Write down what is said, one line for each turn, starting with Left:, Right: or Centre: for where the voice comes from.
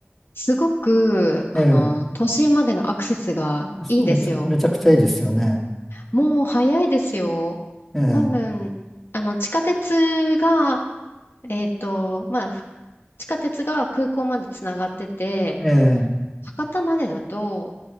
Left: すごく、あの、
Centre: ええ。
Left: 都心までのアクセスがいいんですよ。
Centre: めちゃ、めちゃくちゃいいですよね。
Left: もう早いですよ。
Centre: ええ。
Left: 多分、あの、地下鉄が、えっと、まあ、ふ地下鉄が空港までつながってて、
Centre: ええ。
Left: 博多までだと、